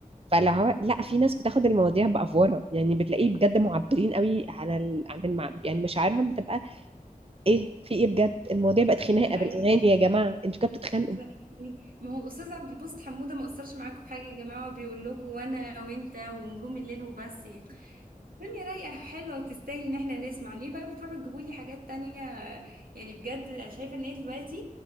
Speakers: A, on the right (about 40°); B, on the right (about 85°).
A: فاللي هو لا في ناس بتاخد المواضيع بأفورة يعني بتلاقيه بجد معبرين قوي عن ال... عن المع... يعني مشاعرهم بتبقى ايه في ايه بجد المواضيع بقت خناقة
B: ايوه
A: بالأغاني يا جماعة انتوا كده بتتخانقوا
B: بالظبط. يعني ما هو استاذ عبد الباسط حموده ما قصرش معاكم في حاجه يا جماعه هو بيقول لكم وانا وانت ونجوم الليل وبس يعني. الدنيا رايقة حلوة وتستاهل ان احنا نسمع ليه بقى بتروحوا تجيبوا لي حاجات تانية يعني بجد انا شايفة ان هي دلوقتي